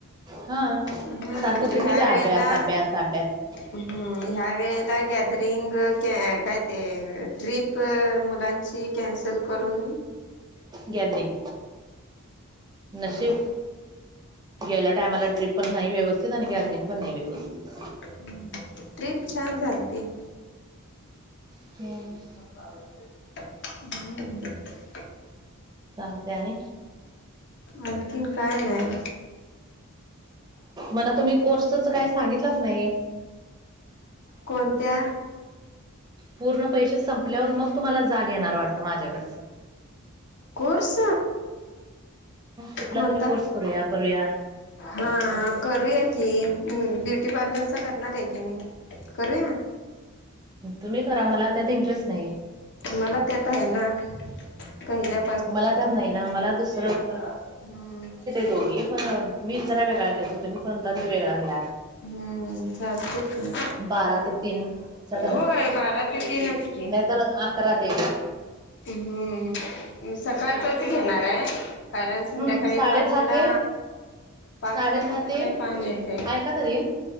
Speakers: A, on the right; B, on the left.
A: हा सारखं
B: हम्म
A: किती
B: ह्या
A: ते
B: वेळेला
A: अभ्यास अभ्यास अभ्यास!
B: हम्म ह्या वेळेला गॅदरिंग काय ते ट्रीप प मुलांची कॅन्सल करून
A: गॅदरिंग नशिब गेल्या टायमाला ट्रिप पण नाही व्यवस्थित आणि गॅदरिंग पण नाही व्यवस्थित.
B: हम्म ट्रिप छान झालती.
A: <unintelligible>
B: हम्म!
A: चालतंय आणि?
B: आणकीन काय नाय.
A: मला तुम्ही कोर्सच काही सांगितलंच नाही.
B: कोणत्या?
A: पूर्ण पैसे संपल्यावर मग तुम्हाला जाग येणार वाटतं माझ्याकडचं.
B: कोर्स
A: कुठला
B: कोणता?
A: तरी कोर्स करूया करूया
B: हा करूया की ब्युटी पार्लरचा करणार आहे की मी. करूया?
A: तुम्ही करा मला त्यात इंटरेस्ट नाही.
B: मला त्यात आहे ना पहिल्या
A: मला त्यात नाही ना मला दुस
B: हम्म!
A: दोघी पण मी जरा वेगळा घेतो तुमी कोणता तरी वेगळा घ्या.
B: हम्म चालतंय की.
A: बारा ते तीनच्या
B: होय बारा ते तीनच की.
A: तर अकरा ते
B: हम्म सकाळचाच घेणाराय. कारण संध्याकाळी
A: हम्म साडे
B: पाचला
A: दहा ते
B: पाचला
A: साडे दहा
B: संध्याकाळी
A: ते
B: पाणी येतंय.
A: ऐका तरी